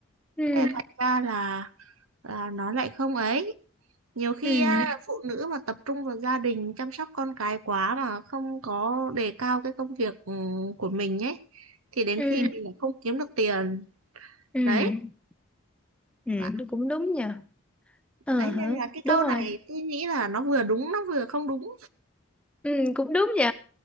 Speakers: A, in the centre; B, on the right.
A: ừ
B: thế thành ra là, là nó lại không ấy nhiều khi
A: ừ
B: á, phụ nữ mà tập trung vào gia đình chăm sóc con cái quá mà không có đề cao cái công việc ừ, của mình ấy thì đến
A: ừ
B: khi mình lại không kiếm được tiền
A: ừ
B: đấy
A: ừ,
B: và
A: cũng đúng nha ờ
B: đấy
A: hả
B: nên là cái
A: đúng
B: câu
A: rồi
B: này tôi nghĩ là nó vừa đúng nó vừa không đúng
A: ừ cũng đúng nhỉ